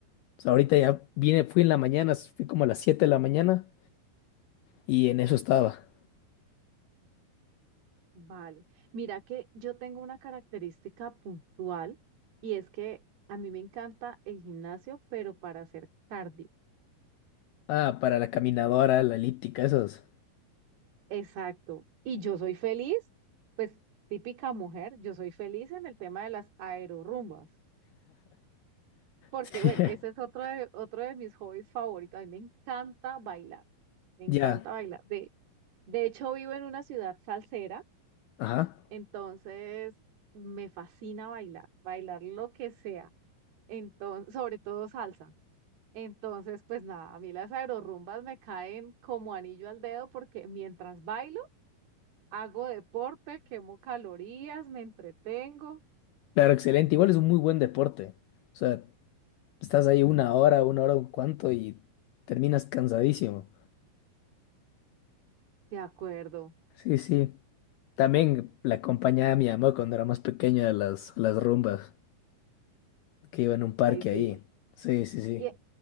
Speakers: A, on the left; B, on the right.
A: O sea, ahorita ya vine, fui en la mañana, fui como a las 7 de la mañana y en eso estaba.
B: Vale, mira que yo tengo una característica puntual y es que a mí me encanta el gimnasio, pero para hacer cardio.
A: Ah, para la caminadora, la elíptica, esas.
B: Exacto. Y yo soy feliz, pues típica mujer, yo soy feliz en el tema de las aerorrumbas, porque
A: <laughs>
B: bueno, ese es otro de, otro de mis hobbies favoritos. A mí me encanta bailar, me encanta
A: Ya,
B: bailar. De, de hecho, vivo en una ciudad salsera,
A: ajá.
B: entonces me fascina bailar, bailar lo que sea, entonces, sobre todo salsa. Entonces, pues nada, a mí las aerorrumbas me caen como anillo al dedo porque mientras bailo, Hago deporte, quemo calorías, me entretengo.
A: Claro, excelente. Igual es un muy buen deporte. O sea, estás ahí una hora, una hora, un cuanto y terminas cansadísimo.
B: De acuerdo,
A: Sí, sí. También la acompañaba mi mamá cuando era más pequeña a las, a las rumbas, que iba en un parque
B: ahí sí.
A: ahí. Sí, sí, sí.
B: Y,